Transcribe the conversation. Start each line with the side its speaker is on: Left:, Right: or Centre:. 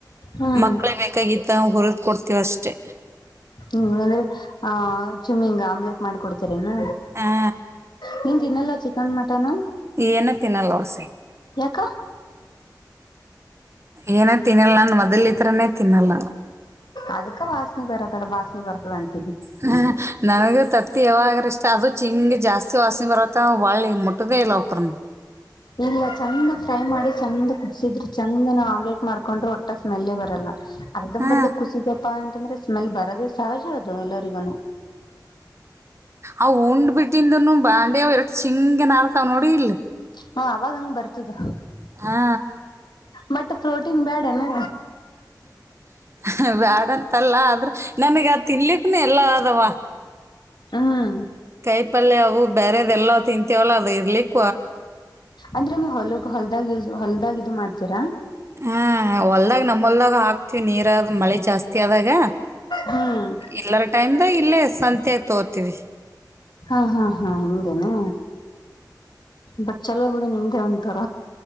Left: ಹ್ಮ್
Right: ಮಕ್ಕಳೇ ಬೇಕಾಗಿತ್ತ ಹುರ ಕೊಡ್ತೀವಿ ಅಷ್ಟೇ
Left: ಹ್ಮ ಅಂದ್ರೆ ಆ ಚುಮಮ್ಮಿಂಗ ಆಮ್ಲೆಟ್ ಮಾಡ್ಕ ಕೊಡ್ತರ ಏನು
Right: ಹಾ
Left: ನಿವು ತಿನ್ನಲ್ಲ ಚಿಕನ್ ಮಟನ್
Right: ಏನ ತಿನ್ನಲ್ಲ <unintelligible>
Left: ಯಾಕ
Right: ಏನೇ ತಿನ್ನಲ್ಲ ನಾನ್ ಮೊದ್ಲತರನೆ ತಿನ್ನಲ್ಲ
Left: ಅದಕ್ಕೆ ವಾಸಣಿ ಪರಕದಾಸನಿ ಪರಕದೆ
Right: ಹ್ಮ ನನಗೆ ತತ್ತಿ ಯಾವಾಗ್ರ ಇಷ್ಟ ಅದು ಚಿಂಗ ಜಾಸ್ತಿ ವಾಸನೆ ಬರತ್ತ ಒಳಿ ಮುಟ್ಟದೇ ಇಲ್ಲ ಅವಕ್ರನ್
Left: ಇಲ್ಲ ಚಂದ ಫ್ರ ಮಾಡಿ ಚಂದ ಕುದಸಿದ್ರರು ಚಂದನ ಆಮ್ಲೆಟ್ ಮಾಡ್ಕೊಂಡ್ರರು ಒಟ್ಟಾ ಸ್ಮೆಲ್ಲೇ ಬರಲ್ಲ ಅರ್ಧಂಬರ್ದ
Right: ಹಾಂ
Left: ಕುಸಿದಪ್ಪಾ ಅಂತಂದ್ರೆ ಸ್ಮೆಲ್ ಬರೋದೇ ಸಹಜ ಅದು ಎಲ್ಲರಿಗನು
Right: ಅವ ಉಂಡ್ ಬಿಟ್ಟಿಂದನು ಬಾಂಡೆ ಅವ್ ಎರಷ್ಟ ಚಿಂಗನ್ ಆರ್ತಾವ್ ನೋಡಿ ಇಲ್
Left: ಹಾ ಅವಾಗ ಹಂಗ ಬರ್ತದ
Right: ಹಾ
Left: ಬಟ್ ಪ್ರೋಟೀನ್ ಬ್ಯಾಡನಾ
Right: ಹ ಬ್ಯಾಡಂತಲ್ಲ ಆದ್ರ ನನಗ ಅದು ತಿನ್ಲಿಕ್ಕನು ಎಲ್ಲ ಅದವ
Left: ಹ್ಮ್
Right: ಕೈ ಪಲ್ಯ ಅವು ಬೇರೆದ್ಲ್ಲಾ ತಿಂತವಲ್ಲ ಅದು ಇರ್ಲಿಕ್
Left: ಅಂದ್ರ ಹೊಲಗ ಹೊಲ್ದಾಗ ಹೊಲ್ದಾಗ ಇದು ಮಾಡ್ತೀರಾ
Right: ಹ ಹೊಲ್ದಾಗ್ ನಮ್ಮೊಲ್ದಾಗ ಹಾಕ ವಿ ನೀರ ಮಳೆ ಜಾಸ್ತಿ ಆದಾಗ
Left: ಹ್ಮ್
Right: ಇಲ್ಲರ ಟೈಮ್ ದ ಇಲ್ಲೇ ತೋರ್ತೀವಿ
Left: ಹಾ ಹಾ ಹಾ ಹಿಂಗನಾ ಬಟ್ ಚಲೋ ಬಿಡ ನಿ ಉಂತಾರ